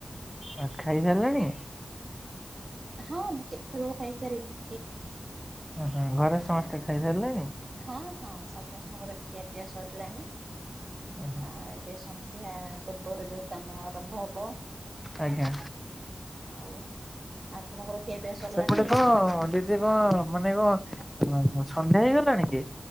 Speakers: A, in the centre; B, on the right (about 50°).
A: ଆ ଖାଇ ସାରିଲେଣି?
B: ହଁ ମୁଁ କେତବେଳୁ ଖାଇ ଚାଲିଲିଣି ।
A: ଓହୋ। ଘରେ ସମସ୍ତେ ଖାଇ ସାରିଲେଣି?
B: ହଁ ହଁ ସମସ୍ତଙ୍କର ଖିଆପିଆ ସରିଲାଣି
A: ଓହୋ
B: ଆ ଏବେ ସନ୍ଧ୍ୟା ପୂର୍ବରୁ ଯୋଉ କାମ ଆରମ୍ଭ ହବ
A: ଆଜ୍ଞା।
B: ଆଉ ଆପଣଙ୍କର ଖିଆପିଆ ସରିଲାଣି
A: ସେପଟେ ତ ଦିଦି କଣ ମାନେ କ ଓ ସନ୍ଧ୍ୟା ହେଇଗଲାଣି କି?